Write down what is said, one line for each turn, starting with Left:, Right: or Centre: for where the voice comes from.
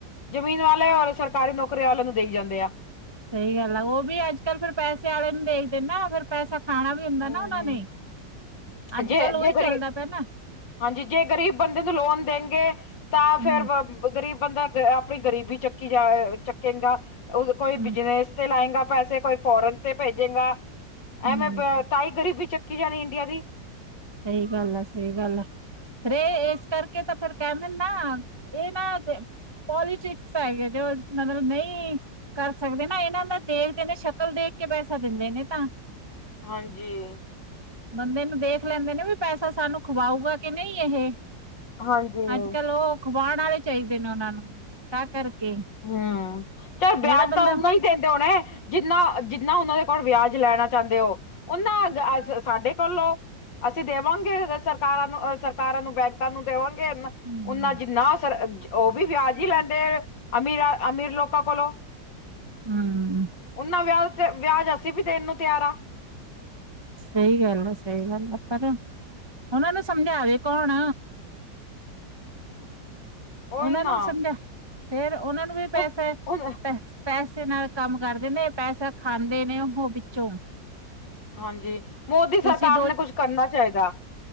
Left: ਜ਼ਮੀਨ ਵਾਲੇ ਔਰ ਸਰਕਾਰੀ ਨੋਕਰੀ ਆਲਿਆਂ ਨੂੰ ਦੇਈ ਜਾਂਦੇ ਆ।
Right: ਸਹੀ ਗੱਲ ਐ, ਓਹ ਵੀ ਅੱਜ-ਕੱਲ ਫੇਰ ਪੈਸੇ ਆਲੇ ਨੂੰ ਦੇਖਦੇ ਨਾ ਫੇਰ ਪੈਸਾ ਖਾਣਾ ਵੀ ਹੁੰਦਾ
Left: ਹਮ
Right: ਨਾ ਉਹਨਾਂ ਨੇ, ਅੱਜ-ਕੱਲ
Left: ਜੇ
Right: ਓਹੀ
Left: ਜੇ ਗਰੀ
Right: ਚੱਲਦਾ ਪਿਆ ਨਾ।
Left: ਹਾਂਜੀ ਜੇ ਗ਼ਰੀਬ ਬੰਦੇ ਨੂੰ ਲੋਨ ਦੇਂਗੇ, ਤਾਂ
Right: ਹਮ
Left: ਫੇਰ ਗ਼ਰੀਬ ਬੰਦਾ ਗ ਆਪਣੀ ਗਰੀਬੀ ਚੱਕੀ ਜਾਏ ਚੱਕੇਂਗਾ, ਓਹ ਕੋਈ
Right: ਹਮ
Left: ਬਿਜਨੇਸ ਤੇ ਲਾਏਂਗਾ ਪੈਸੇ, ਕੋਈ ਫੋਰਨ ਤੇ ਭੇਜੇਗਾ,
Right: ਹਮ
Left: ਐਵੇਂ ਤਾਹੀ ਗਰੀਬੀ ਚੱਕੀ ਜਾਣੀ ਇੰਡੀਆ ਦੀ।
Right: ਸਹੀ ਗੱਲ ਆ, ਸਹੀ ਗੱਲ ਆ। ਰੇ ਏਸ ਕਰਕੇ ਤਾਂ ਫੇਰ ਕਹਿੰਦੇ ਨਾ, ਏਹ ਨਾ ਪੋਲੀਟਿਕਸ ਪੈ ਗਏ, ਦੇ ਹੋਰ ਮਤਲਬ ਨਹੀਂ। ਕਰ ਸਕਦੇ ਨਾ, ਏਹਨਾਂ ਦਾ ਦੇਖਦੇ ਨੇ, ਸ਼ਕਲ ਦੇਖ ਕੇ ਪੈਸਾ ਦਿੰਦੇ ਨੇ ਤਾਂ।
Left: ਹਾਂਜੀ।
Right: ਬੰਦੇ ਨੂੰ ਦੇਖ ਲੈਂਦੇ ਨੇ ਵੀ ਪੈਸਾ, ਸਾਨੂੰ ਖਵਾਊਗਾ ਕੇ ਨਹੀਂ ਏਹ
Left: ਹਾਂਜੀ
Right: ਅੱਜ-ਕੱਲ ਓਹ ਖਵਾਣ ਆਲੇ ਚਾਹੀਦੇ ਨੇ ਓਹਨਾਂ ਨੂੰ, ਤਾਂ ਕਰਕੇ
Left: ਹੁਂ, ਚੱਲ ਬਿਆਜ
Right: ਜਿਹੜਾ ਬੰਦਾ
Left: ਤਾਂ ਓਨਾ ਈ ਦਿੰਦੇ ਓੱਨੈ, ਜਿੰਨਾ-ਜਿੰਨਾ ਓਹਨਾਂ ਦੇ ਕੋਲ ਵਿਆਜ ਲੈਣਾ ਚਾਹਂਦੇ ਓ। ਉਹਨਾਂ ਜ ਆਜ ਸਾਡੇ ਕੋਲੋਂ। ਅਸੀਂ ਦੇਵਾਂਗੇ ਸਰਕਾਰਾਂ ਨੂੰ, ਅ ਸਰਕਾਰਾਂ ਨੂੰ ਬੈਂਕਾਂ ਨੂੰ ਦੇਵਾਂਗੇ ਏਨਾ
Right: ਹਮ
Left: ਉਨਾ ਜਿੰਨਾ ਅਸਰ, ਓਹ ਵੀ ਵਿਆਜ ਈ ਲੈਂਦੇ ਐ। ਅਮੀਰ ਆ ਅਮੀਰ ਲੋਕਾਂ ਕੋਲੋਂ।
Right: ਹੂੰ-ਹੂੰ।
Left: ਓੱਨਾ ਵਿਆਹ ਤੇ ਵਿਆਜ ਅਸੀਂ ਵੀ ਦੇਣ ਨੂੰ ਤਿਆਰ ਆ।
Right: ਸਹੀ ਗੱਲ ਐ ‌ਸਹੀ ਗੱਲ ਐ ਪਰ, ਉਹਨਾਂ ਨੂੰ ਸਮਝਾਵੇ ਕੌਣ।
Left: ਉਹੀ
Right: ਓਹਨਾਂ
Left: ਨਾ
Right: ਨੂੰ ਸਮਝਾ, ਫੇਰ ਓਹਨਾਂ ਨੂੰ ਵੀ ਪੈਸੈ,
Left: ਹੁਣ ਹੁਣ
Right: ਪੈ‌‌ਹੇ ਪੈਸੇ ਨਾਲ ਕੰਮ ਕਰਦੇ ਨੇ, ਪੈਸਾ ਖਾਂਦੇ ਨੇ ਓਹ ਵਿੱਚੋਂ।
Left: ਹਾਂਜੀ, ਮੋਦੀ
Right: ਤੁਸੀਂ
Left: ਸਰਕਾਰ ਨੇ ਕੁੱਛ ਕਰਨਾ ਚਾਈਦਾ।